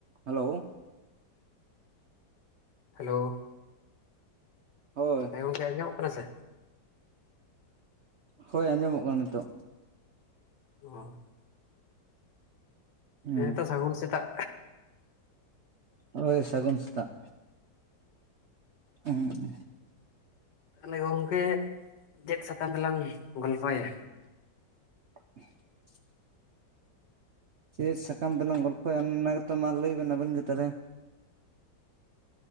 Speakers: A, on the right; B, on the left.
A: Hello
B: hello
A: ᱦᱳᱭᱻ
B: ᱦᱮᱸ ᱜᱚᱝᱠᱮ ᱟᱸᱡᱚᱜ ᱠᱟᱱᱟ ᱥᱮ
A: ᱦᱳᱭ ᱟᱸᱡᱚᱢᱚᱜ ᱠᱟᱱᱟ ᱱᱤᱛᱳᱜ
B: ᱦᱚᱸ
A: ᱦᱩᱸ
B: ᱦᱮᱸᱛᱚ ᱥᱟᱹᱜᱩᱱ ᱥᱮᱛᱟᱜ
A: ᱦᱳᱭ ᱥᱟᱹᱜᱩᱱ ᱥᱮᱛᱟᱜ ᱦ <unintelligible>
B: ᱛᱟᱦᱚᱞᱮ ᱜᱚᱝᱠᱮ ᱪᱮᱫ ᱥᱟᱛᱟᱢ ᱛᱮᱞᱟᱝ ᱜᱚᱞᱯᱚᱭᱟ
A: <inaudible> ᱪᱮᱫ ᱥᱟᱠᱟᱢ ᱛᱮᱞᱟᱝ ᱜᱚᱞᱯᱷᱚᱭᱟ ᱚᱱᱟ ᱜᱮᱛᱚ ᱢᱟ ᱞᱟᱹᱭ ᱵᱮᱱ ᱟᱵᱮᱱ ᱜᱮ ᱛᱟᱦᱞᱮ